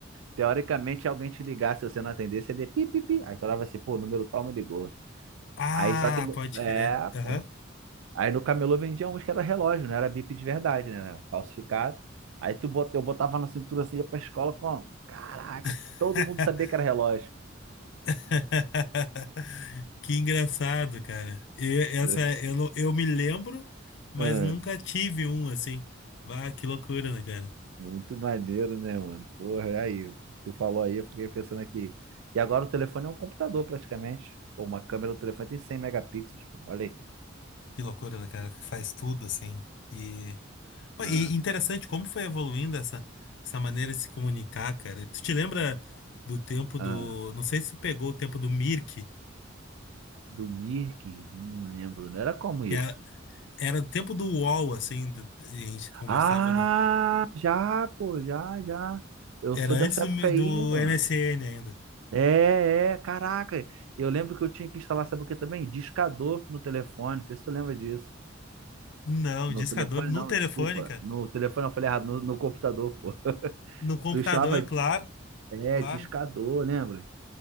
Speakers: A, on the right (about 85°); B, on the left (about 65°).
A: Teoricamente, alguém te ligasse, se você não atendesse, você ia pi, pi, pi. Aí tu olhava assim, pô, o número tal me ligou.
B: Ah,
A: Aí só que, no-
B: pode
A: é,
B: crer. Aham.
A: pô. Aí no camelô vendia uns que era relógio, não era bip de verdade, né? Era falsificado. Aí tu bot... eu botava na cintura assim, ia pra escola com, caraca,
B: <laughs>
A: todo mundo sabia que era relógio.
B: <laughs> Que engraçado, cara. E essa
A: É.
B: eu, não- eu me lembro, mas
A: Ah,
B: nunca tive um assim. Ah, que loucura, né, cara?
A: muito maneiro, né, mano? Porra, aí, tu falou aí, eu fiquei pensando aqui. E agora o telefone é um computador, praticamente. Pô, uma câmera do telefone tem cem megapixels. pô. Olha aí.
B: Que loucura, né, cara? Que Faz tudo assim. E, Pô,
A: Ah,
B: e interessante como foi evoluindo essa, essa maneira de se comunicar, cara. Tu te lembra do tempo
A: ah.
B: do. Não sei se tu pegou o tempo do Mirk,
A: Do Mirk? Não lembro, não era como
B: que
A: isso.
B: era, era o tempo do UOL, assim, do- e a gente conversava
A: Ah,
B: no.
A: já, pô, já, já. Eu
B: Era
A: sou dessa
B: antes do,
A: época
B: mi-
A: aí,
B: do
A: mano.
B: MSN ainda.
A: É, é, caraca. Eu lembro que eu tinha que instalar, sabe o que também? Discador no telefone. Não sei se tu lembra disso.
B: Não,
A: No
B: discador
A: telefone,
B: no
A: não,
B: telefone,
A: desculpa. No telefone eu falei errado, no, no computador, pô.
B: No computador,
A: Tu estava,
B: claro,
A: é,
B: claro.
A: discador, lembra?